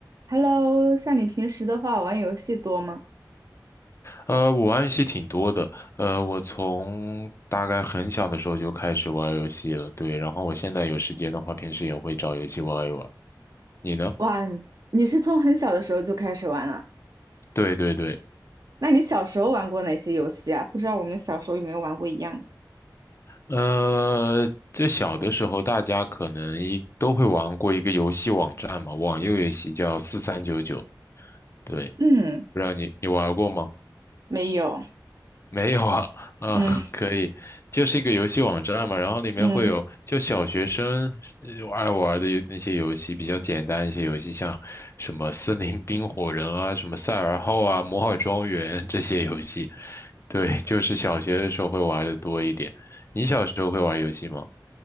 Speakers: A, on the right (about 55°); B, on the left (about 40°).
A: Hello，像你平时的话，玩游戏多吗？
B: 呃，我玩游戏挺多的，呃，我从大概很小的时候就开始玩游戏了，对，然后我现在有时间的话，平时也会找游戏玩一玩。你呢？
A: 哇，你是从很小的时候就开始玩了？
B: 对对对，
A: 那你小时候玩过哪些游戏啊？不知道我们小时候有没有玩过一样的？
B: 呃，这小的时候大家可能一都会玩过一个游戏网站嘛，网游游戏叫四三九九，对，
A: 嗯，
B: 不知道你你玩过吗？
A: 没有。
B: <laughs> 没有啊，啊，
A: 嗯
B: <laughs> 可以，就是一个游戏网站嘛，然后里面会有就小学生呃爱玩的那些游戏，
A: 嗯，
B: 比较简单一些游戏，像什么森林冰火人啊，什么赛尔号啊，摩尔庄园这些游戏，对，就是小学的时候会玩的多一点。你小时候会玩游戏吗？